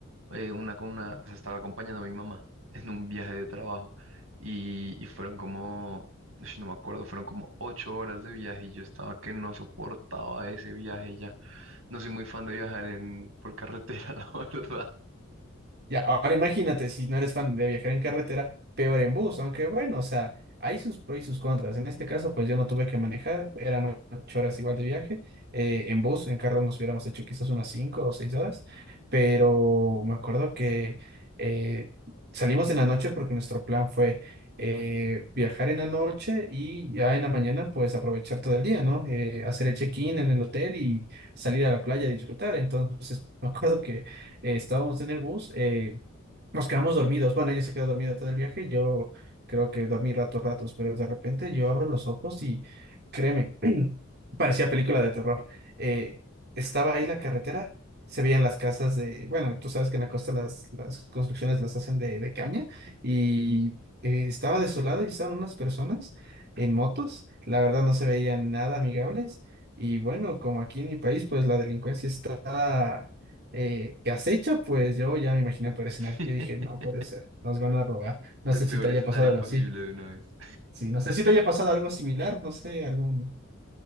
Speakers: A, on the right; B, on the right.
A: eh, una, con una, o sea, estaba acompañando a mi mamá <laughs> en un viaje de trabajo y, y fueron como, ush, no me acuerdo, fueron como ocho horas de viaje y yo estaba que no soportaba ese viaje ya. No soy muy fan de viajar en, por carretera, <laughs> la verdad.
B: Ya, ahora imagínate, si no eres fan de viajar en carretera, peor en bus, aunque bueno, o sea, hay sus pros y sus contras. En este caso, pues yo no tuve que manejar, eran ocho horas igual de viaje. eh, en bus, en carro nos hubiéramos hecho quizás unas cinco o seis horas, pero me acuerdo que eh, salimos en la noche porque nuestro plan fue eh, viajar en la noche y ya en la mañana, pues aprovechar todo el día, ¿no? Eh, hacer el check-in en el hotel y salir a la playa a disfrutar. Entonces, me acuerdo que eh, estábamos en el bus, eh, nos quedamos dormidos. Bueno, ella se quedó dormida todo el viaje, yo creo que dormí ratos, ratos, pero de repente yo abro los ojos y créeme, <clears throat> parecía película de terror. Eh, estaba ahí la carretera, se veían las casas de, bueno, tú sabes que en la costa las, las construcciones las hacen de, de caña y eh, estaba desolada y estaban unas personas en motos, la verdad no se veían nada amigables. Y bueno, como aquí en mi país, pues la delincuencia está eh, que acecha, pues yo ya me imaginé por escenario.
A: <laughs>
B: Yo dije, no puede ser, nos van a robar. No
A: El
B: sé
A: peor
B: si te haya
A: escenario
B: pasado algo
A: posible
B: así.
A: de una vez.
B: Sí, no sé si te haya pasado algo similar, no sé, algún